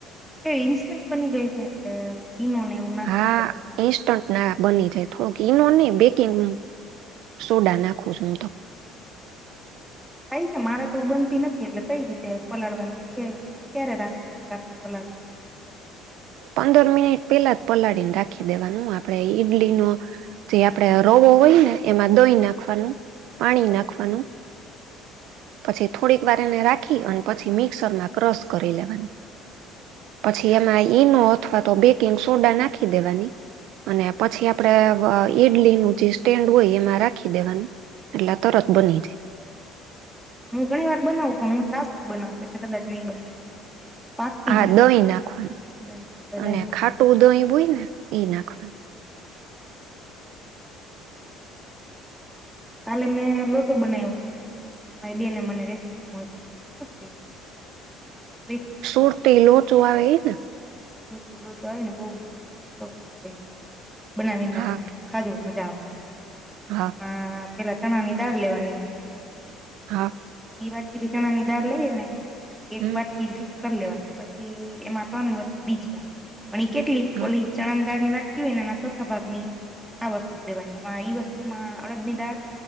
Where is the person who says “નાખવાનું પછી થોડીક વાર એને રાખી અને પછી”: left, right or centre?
Right